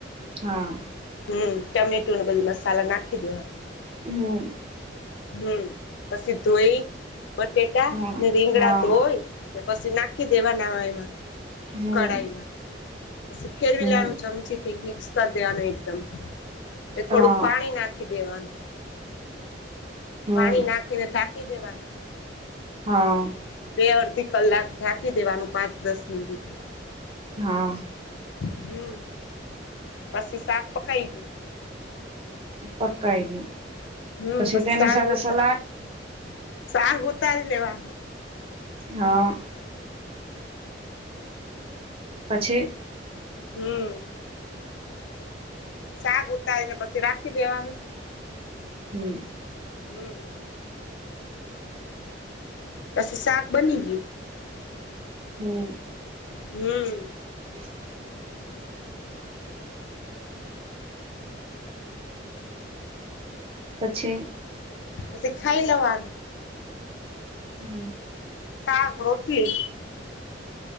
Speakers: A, on the right (about 30°); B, on the left (about 70°).
A: હા.
B: હમ ટમેટુને બધું મસાલા નાખી દેવાના.
A: હમ.
B: હમ પછી ધોય, બટેટાને
A: હા
B: રીંગડા
A: હા
B: ધોય. ને પછી નાખી દેવાના વાયમાં.
A: હમ
B: કઢાઈમાં, પછી ફેરવી
A: હમ
B: લેવાનું ચમચીથી મિક્સ કરી દેવાનું એકદમ. એ થોડુંક
A: હા
B: પાણી નાખી દેવાનું.
A: હમ
B: પાણી નાખીને ઢા કી દેવાનું.
A: હા.
B: બે અડધી કલાક ઢાકી દેવાનું પાંચ દસ મિનિટ.
A: હા.
B: હમ્મ. પછી શાક પકાઈ ગયું.
A: પકાઈ ગયું
B: હમ
A: પછી તેની
B: શાક
A: સાથે
B: ઉતા
A: સલાડ
B: શાક ઉતારી લેવાનું.
A: હા. પછી?
B: હમ્મ. શાક ઉતારી ને પછી રાખી દેવાનું.
A: હમ્મ.
B: હમ્મ. પછી શાક બની ગયું.
A: હમ્મ.
B: હમ્મ.
A: <unintelligible> પછી?
B: પછી ખાઈ લેવાનું.
A: હમ્મ.
B: શાક રોટલી